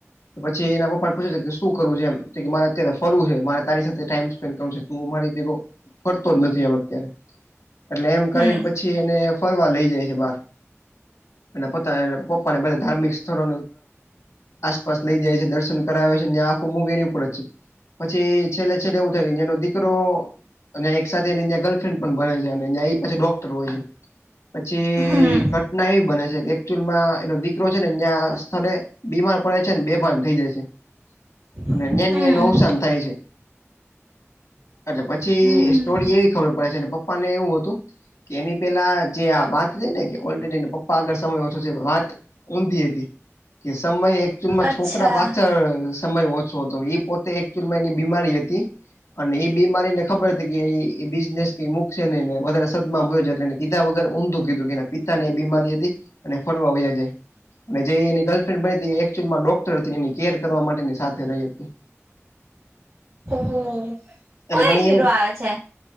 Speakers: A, on the left; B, on the right.
A: તો પછી એના પપ્પાને પૂછે છે કે શું કરવું છે એમ મારે અત્યારે ફરવું છે મારે તારી સાથે ટાઈમ સ્પેડ કરવું છે અમારી ભેગ ફરતો જ નથી એમ અત્યારે એટલે એમ
B: હમ
A: કરી પછી ને ફરવા લઇ જાય છે બહાર અને પોતા પપ્પા ને બધા ધાર્મિક સ્થળો આસપાસ લઈ જાય છે દર્શન કરાવે છે ને આખું મૂવી એની ઉપર જ છે પછી છેલ્લે છેલ્લે એવું થાય એનો દીકરો અને એક સાથેં ગર્લફ્રેન્ડ પણ ભરે છે અનેં એ પાછો ડોકટર હો છે પછી
B: હમ
A: ફટ ના એવી બને છે કે એકચુઅલમાં એનો દીકરો છે ને ત્યાં સ્થળે બીમાર પડે છે ને બેભાન થઇ જાય છે
B: <unintelligible>
A: અને ન્યાં
B: હમ
A: ન્યા એનું અવસાન થાય છે એટલે પછી
B: હમ
A: સ્ટોરી એવી ખબર પડે છે પપ્પા ને એવું હતું કે એની પેલા જે આ વાત થઇ ને કે ઓલરેડી એ પપ્પા આગળ સમય ઓછો છે વાત ઊંધ હતી કે સમય એક ચૂલમાં
B: અચ્છા
A: છોકરા પાછળ સમય ઓછો હતો એ પોતે એક ચૂલમાં એની બીમારી હતી. અને એ બીમારીને ખબર હતી કે બિઝનેસ કઈ મૂકશે નનેને વધારે. એ પીધા વગર ઊમું કીધું કે પિતા ને બીમારી હતી અને ફરવા વયા જાય. અને જે એની ગર્લફ્રેન્ડ બની હતી એ એકચઅમાં ડોક્ટર હતી એની કેર કરવા માટેની સાથે રહી હતી.
B: ઓ.
A: એટલે
B: કોઈ
A: પણ
B: હીરો
A: એવું
B: આવે છે